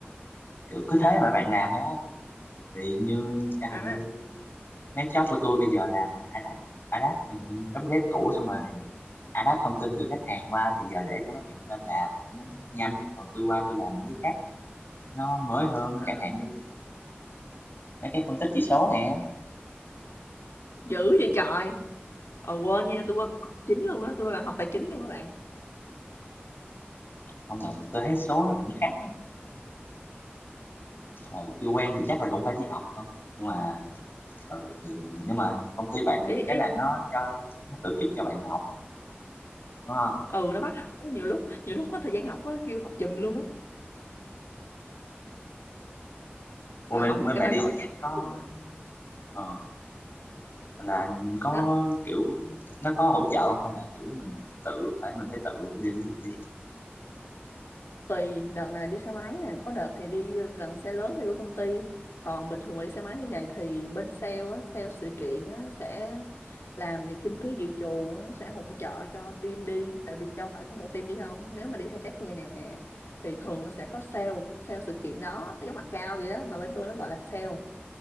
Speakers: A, on the left; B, on the left.
A: kiểu cứ thế mà bạn làm thôi thì như chẳng
B: rồi
A: hạn như
B: má-
A: mấy job của tôi bây giờ làm adapt adapt em update cũ xong rồi adapt thông tin từ khách hàng qua thì giờ để cho mấy bạn tên làm cho nó nhanh còn tôi qua tôi làm những cái khác nó mới hơn
B: à,
A: chẳng hạn như mấy cái phân tích chỉ số nè
B: dữ vậy trời ờ quên nha tôi quên bạn học chính luôn á tôi là học tài chính luôn các bạn
A: không mà tôi thấy số nó cũng khác hồi chưa quen thì chắc là cũng phải đi học thôi nhưng mà ừ, thì nhưng mà công ty bạn được
B: ý
A: cái là
B: ý
A: nó cho nó tổ chức cho bạn học đúng không
B: ừ nó bắt học á, nhiều lúc nhiều lúc không có thời gian học á kêu học giùm luôn á
A: Ủa,
B: ngồi
A: bên
B: học mà
A: bên
B: người
A: bạn
B: ta
A: đi
B: gọi
A: sẽ
B: chán
A: chắc có
B: lắm luôn á
A: ờ, là có
B: hả
A: kiểu nó có hỗ trợ không hay là kiểu mình tự phải mình phải tự đi đi
B: tùy đợt này đi xe máy nè có đợt thì đi lần xe lớn theo của công ty còn bình thường mà đi xe máy như vậy thì bên sale á sale sự kiện á nó sẽ làm việc kinh phí dự trù nó sẽ hỗ trợ cho team đi tại vì đâu phải có một team đi không nếu mà đi khai thác như này nè thì thường nó sẽ có sale sale sự kiện đó nó giống mặt cao vậy đó mà bên tôi nó gọi là sale